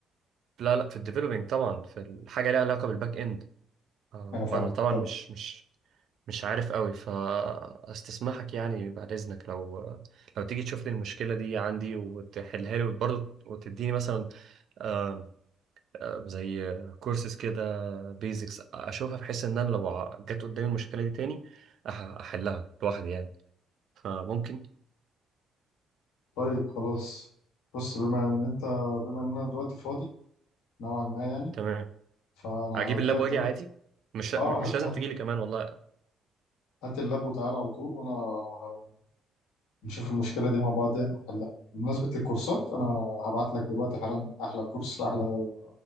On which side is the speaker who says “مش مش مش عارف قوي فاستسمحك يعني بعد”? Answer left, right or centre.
Right